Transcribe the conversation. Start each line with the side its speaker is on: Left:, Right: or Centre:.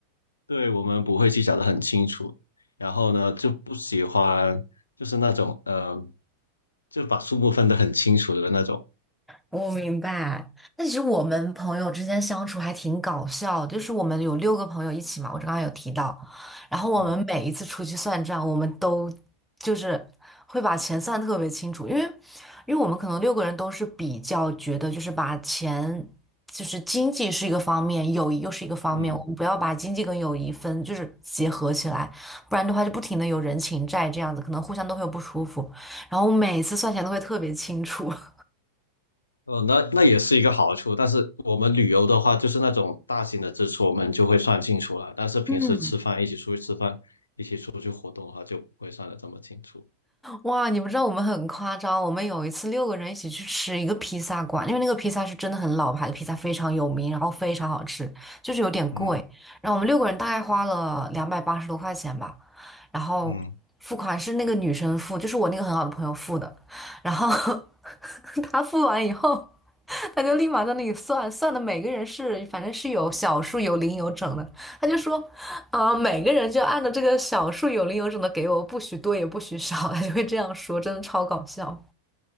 Left: 对，我们不会计较的很清楚。然后呢，就不喜欢就是那种呃，就把数目分得很清楚的那种，
Centre: 我明白，但其实我们朋友之间相处还挺搞笑的，就是我们有六个朋友一起嘛，我刚刚有提到，然后我们每一次出去算账，
Left: 嗯。
Centre: 我们都就是会把钱算得特别清楚，因为因为我们可能六个人都是比较觉得就是把钱就是经济是一个方面，友谊又是一个方面，
Left: 嗯，
Centre: 我们不要把经济跟友谊分就是结合起来，不然的话就不停的有人情债这样子，可能互相都会有不舒服，然后每次算钱都会特别清楚。<laughs>
Left: 呃，那那也是一个好处，但是我们旅游的话，就是那种大型的支出，我们就会算清楚了。但是平时吃饭，
Centre: 嗯，
Left: 一起出去吃饭，一起出去活动的话，就不会算得这么清楚。
Centre: 哇，你不知道我们很夸张，我们有一次六个人一起去吃一个披萨馆，因为那个披萨是真的很老牌的披萨，非常有名，然后非常好吃，就是有点贵。
Left: 嗯
Centre: 然后我们六个人大概花了两百八十多块钱吧，然后付款是那个女生付，
Left: 嗯
Centre: 就是我那个很好的朋友付的，然后 <laughs> 她付完以后，他就立马在那里算，算的每个人是反正是有小数、有零、有整的。他就说，啊、每个人就按照这个小数、有零、有整的给我，不许多也不许少，<laughs> 他就会这样说，真的超搞笑。